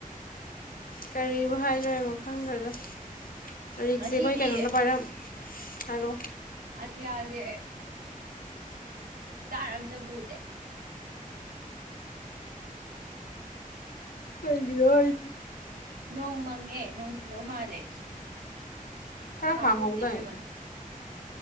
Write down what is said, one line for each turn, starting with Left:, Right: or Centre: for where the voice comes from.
Left: ꯀꯔꯤꯕꯨ ꯍꯥꯏꯗꯣꯣꯏꯅꯣ ꯈꯪꯗ꯭ꯔꯒ ꯂꯥꯏꯔꯤꯛꯁꯦ
Right: ꯉꯁꯤꯗꯤ
Left: ꯑꯩꯈꯣꯏ ꯀꯩꯅꯣꯅ ꯄꯥꯏꯔꯝ ꯑꯣ
Right: ꯑꯗꯤ ꯍꯥꯏꯗꯦ ꯇꯥꯔ ꯑꯝꯇ ꯄꯨꯗꯦ
Left: ꯀꯩꯒ ꯍꯥꯏ
Right: ꯅꯣꯡ ꯃꯪꯉꯦ ꯅꯣꯡ ꯆꯨꯗꯧ ꯃꯥꯜꯂꯦ
Left: ꯈꯔ
Right: ꯊꯥꯕꯧꯗꯕ
Left: ꯍꯥꯡꯍꯧꯗꯥꯏꯅꯦ
Right: ꯃꯥ